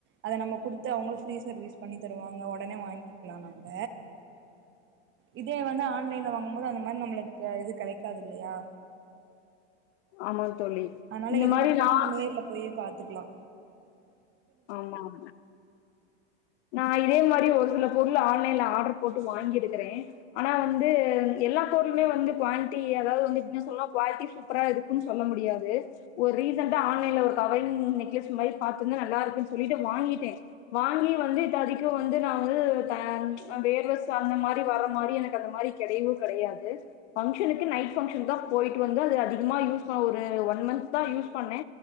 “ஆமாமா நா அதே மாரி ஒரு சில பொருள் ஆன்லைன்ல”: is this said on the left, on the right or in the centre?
Left